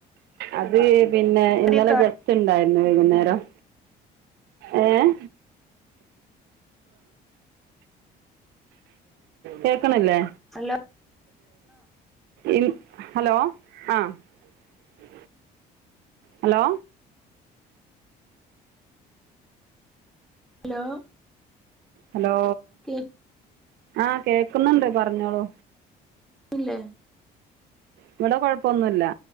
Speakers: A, on the right; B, in the centre.
A: അത് പിന്നെ
B: കടിയൊക്കെ
A: ഇന്നലെ
B: ആയോ?
A: ഗത്ത് ണ്ടായിരുന്നു വൈകുന്നേരം. ഏഹ് കേക്ക്ണില്ലേ?
B: ഹലോ
A: ഇൻ ഹലോ ആഹ് അ ഹലോ?
B: ഹലോ?
A: ഹലോ
B: കേക്കുന്നില്ലേ
A: ആഹ് കേക്ക്ന്നുണ്ട് പർഞ്ഞോളൂ.
B: ഇല്ലേ
A: ഇവടെ കൊഴപ്പൊന്നുല്ല.